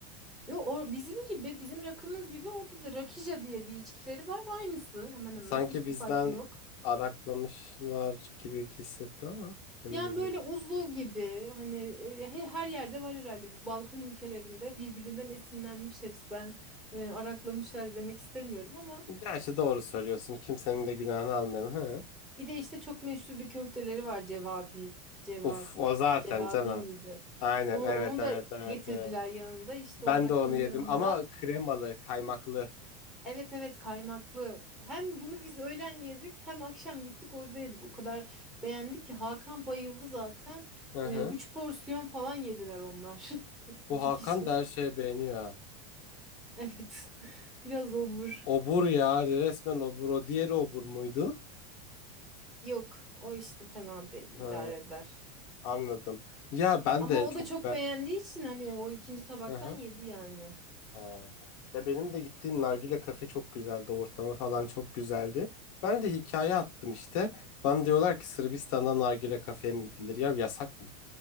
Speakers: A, in the centre; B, on the left.
A: Yo, o bizim gibi bizim rakımız gibi orada da rakija diye bir içkileri var ve aynısı hemen hemen
B: Sanki
A: hiçbir
B: bizden
A: farkı yok.
B: araklamışlar gibi hissettim ama emin
A: Yani
B: de
A: böyle
B: değilim.
A: uzlu gibi hani e, he- her yerde var herhalde bu Balkan ülkelerinde birbirinden esinlenmiş hepsi ben e, araklamışlar demek istemiyorum ama
B: Gerçi doğru söylüyorsun. Kimsenin de günahını almayalım. Hı.
A: bir de işte çok meşhur bir köfteleri var cevabi cevap
B: Uf o zaten
A: cevabi
B: canım.
A: miydi?
B: Aynen
A: Onu,
B: evet
A: onu
B: evet
A: da
B: evet
A: getirdiler
B: evet.
A: yanında işte
B: Ben
A: o rakının
B: de onu yedim
A: yanında
B: ama kremalı, kaymaklı.
A: evet evet kaymaklı hem bunu biz öğlen yedik hem akşam gittik orada yedik o kadar beğendik ki Hakan bayıldı zaten
B: Hı
A: E,
B: hı.
A: üç porsiyon falan yediler onlar <laughs> iki
B: Bu Hakan
A: kişi.
B: da her şeye beğeniyor ha.
A: Evet. <laughs> Biraz obur.
B: Obur ya resmen obur. O diğeri obur muydu?
A: Yok, o işte fena değil, idare
B: Ha,
A: eder.
B: anladım. Ya ben
A: Ama
B: de
A: o
B: çok
A: da çok
B: ben.
A: beğendiği için hani o ikinci tabaktan
B: Hı hı.
A: yedi yani.
B: Ha. Ya benim de gittiğim nargile kafe çok güzeldi. Ortamı falan çok güzeldi. Ben de hikaye attım işte. Bana diyorlar ki Sırbistan'da nargile kafeye mi gidilir? Ya yasak mı?